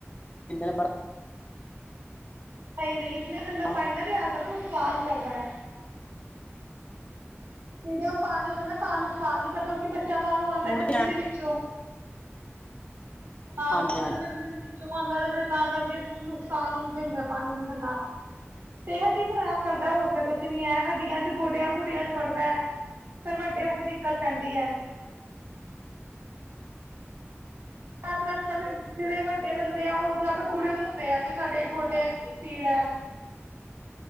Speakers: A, on the left; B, on the right.
A: <unintelligible>
B: ਨਹੀਂ-ਨਹੀਂ। ਇੰਨਾ ਠੰਡਾ
A: ਬਰਫ
B: ਪਾਈ ਨਾ ਦਿਆ ਕਰੋ ਉਹਨੂੰ। ਸਾਨ ਕਰਦਾ ਐ। ਮਿਡੀਯਮ ਪਾਣੀ ਹੋਏ ਨਾ ਤਾਂ ਨੁਕਸਾ ਨੀ ਕਰਦਾ ਕਿਉਂਕਿ ਬ ਚਾ ਬਾਹਰੋਂ ਆਂਦਾ
A: ਮੁੜਦੇ
B: ਐ ਗਰਮੀ
A: ਆ
B: ਦੇ ਵਿੱਚੋਂ। ਹਾਂ
A: ਹਾਂਜੀ
B: ਬੱਚੇ
A: ਹਾਂਜੀ
B: ਗਰਮੀ ਦੇ ਵਿੱਚੋਂ ਆਂਦਾ ਤੇ ਫੇਰ ਤਾਂ ਕਰਕੇ ਨੁਕ ਸਾਨ ਦਿੰਦਾ ਐ ਪਾਣੀ ਨੂੰ ਠੰਡਾ। ਪੇਟ ਈ ਖਰਾਬ ਕਰਦਾ ਐ ਹੋਰ ਤੇ ਕੁਛ ਨੀ ਹੈ, ਹੱਡੀਆਂ ਚ ਗੋਡਿਆਂ ਗੁਡਿਆਂ ਚ ਵੜਦਾ ਐ ਫੇਰ ਵੱਡੇ ਹੋ ਕੇ ਦਿੱਕਤ ਪੈਂਦੀ ਐ। ਤਾਂ ਤੇ ਅੱਜ-ਕੱਲ ਜੇੜੇ ਵੱਡੇ ਬੰਦ ਦੇ ਆ ਉਹ ਜ ਤਾਂ ਗੁੜਨ ਹੁੰਦੇ ਆ ਕਿ ਸਾਡੇ ਗੋਡੇ ਪੀੜ ਐ।